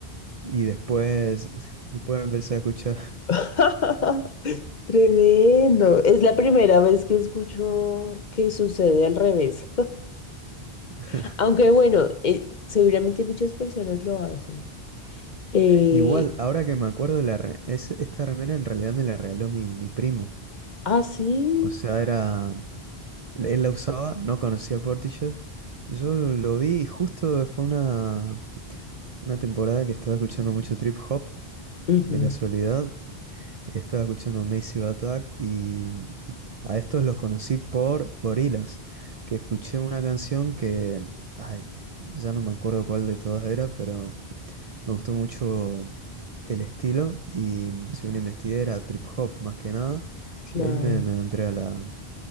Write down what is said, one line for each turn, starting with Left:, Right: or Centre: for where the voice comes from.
Right: y después, después empecé a escuchar.
Left: <laughs> Tremendo. Es la primera vez que escucho que sucede al revés.
Right: <laughs>
Left: <laughs> Aunque bueno, eh, seguramente muchas personas lo hacen. Eh,
Right: Igual, ahora que me acuerdo, la re- es, esta remera en realidad me la regaló mi, mi primo.
Left: ah, sí.
Right: O sea, era, él la usaba, no conocía Portishead. Yo lo, lo vi y justo fue una, una temporada que estaba escuchando mucho trip hop,
Left: Ujú,
Right: de casualidad, Estaba escuchando Massive Attack y a estos los conocí por Gorillaz, que escuché una canción que, ay, ya no me acuerdo cuál de todas era, pero me gustó mucho el estilo y si uno investiga era trip hop más que nada,
Left: claro.
Right: y ahí me, me entré a la,